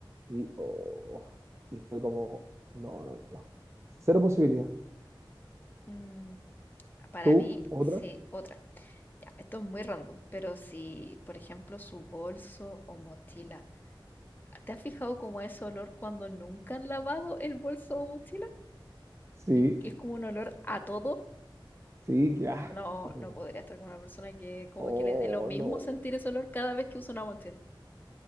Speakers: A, on the right; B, on the left.
A: y, oh, y fue como, no, no, no, no. Cero posibilidad.
B: Mm, para
A: ¿Tú?
B: mí,
A: ¿Otra?
B: sí, otra. Ya, esto es muy random, pero si, por ejemplo, su bolso o mochila, ¿te has fijado como ese olor cuando nunca han lavado el bolso o mochila?
A: Sí,
B: Y que es como un olor a todo.
A: sí, qué asco.
B: No, no podría estar con una persona que como
A: Oh,
B: que le dé lo mismo
A: no.
B: sentir ese olor cada vez que usa una mochila.